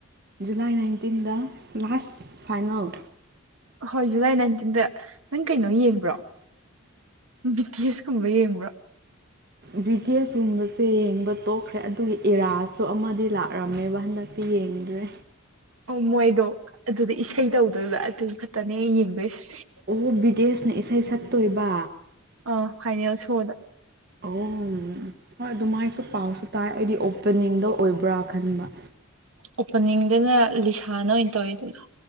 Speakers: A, on the right; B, on the right.
A: ꯖꯨꯂꯥꯏ ꯅꯥꯏꯟꯇꯤꯟꯗ ꯂꯥꯁ ꯐꯥꯏꯅꯜ
B: ꯑꯍꯣꯏ ꯖꯨꯂꯥꯏ ꯅꯥꯏꯟꯇꯤꯟꯗ ꯅꯪ ꯀꯩꯅꯣ ꯌꯦꯡꯕ꯭ꯔꯣ ꯕꯤ ꯇꯤ ꯑꯦꯁ ꯀꯨꯝꯕ ꯌꯦꯡꯕ꯭ꯔꯥ
A: ꯕ꯭ꯔꯤꯇꯤꯁꯀꯨꯝꯕꯁꯦ ꯌꯦꯡꯕ ꯇꯣꯛꯈ꯭ꯔꯦ ꯑꯗꯨꯒꯤ ꯏꯔꯥꯖꯁꯨ ꯑꯃꯗꯤ ꯂꯥꯛꯑꯝꯃꯦꯕ ꯍꯟꯗꯛ ꯇꯤ ꯌꯦꯡꯗ꯭ꯔꯦ
B: ꯑꯣ ꯃꯣꯏꯗꯣ ꯑꯗꯨꯗ ꯏꯁꯩ ꯇꯧꯗꯣꯏꯕ ꯑꯗꯨ ꯈꯠꯇꯅꯦ ꯑꯩ ꯌꯦꯡꯗꯨꯏꯁꯦ
A: ꯑꯣ ꯕꯤꯇꯦꯁꯅ ꯏꯁꯩ ꯁꯛꯇꯣꯏꯕ
B: ꯑ ꯐꯥꯏꯅꯦꯜ ꯁꯣꯗ
A: ꯑꯣꯝ ꯍꯣꯏ ꯑꯗꯨꯃꯥꯏꯁꯨ ꯄꯥꯎꯁꯨ ꯇꯥꯏ ꯑꯩꯗꯤ ꯑꯣꯄꯦꯅꯤꯡꯗ ꯑꯣꯏꯕ꯭ꯔꯥ ꯈꯟꯕ
B: ꯑꯣꯄꯅꯤꯡꯗꯅ ꯂꯤꯁꯥꯅ ꯑꯣꯏꯅ ꯇꯧꯋꯦ ꯑꯗꯨꯅ